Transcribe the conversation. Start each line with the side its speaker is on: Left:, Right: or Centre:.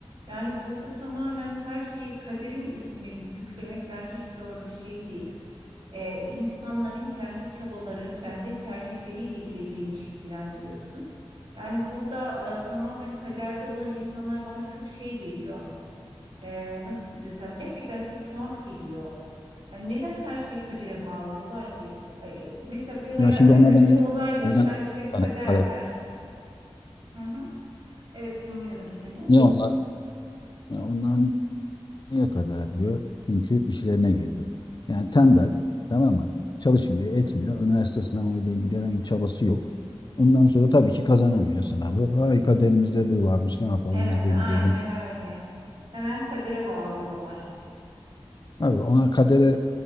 Right: Yani burada tamamen her şeyi kaderin üstüne yüklemek bence hiç doğru bir şey değil e, insanların kendi çabaları, kendi tercihleriyle geleceğini şekillendiriyorsun. Yani burada e, tamamen kaderci olan insanlar bana çok şey geliyor. E, nasıl desem gerçekten çok tuhaf geliyor. Yani neden her şeyi kadere bağlıyorlar ki? Ay, e, Mesela bir haya-
Left: Ya şimdi onlar
Right: e, kötü
Left: bence
Right: bir olay yaşar,
Left: neden
Right: işte kader
Left: kara- kara-
Right: der. Hı hı. Evet dinliyorum seni.
Left: niye onlar ya onlar niye kadar diyor? Çünkü işlerine geliyor. Yani tembel, tamam mı? Çalışmıyor, etmiyor. Üniversite sınavıyla ilgili herhangi bir çabası yok. Ondan sonra tabii ki kazanamıyor sınavı. Ay kaderimizde bu varmış. Ne yapalım
Right: Evet,
Left: biz de
Right: aynen
Left: gidelim.
Right: öyle. Hemen kadere bağlıyorlar.
Left: Abi ona kadere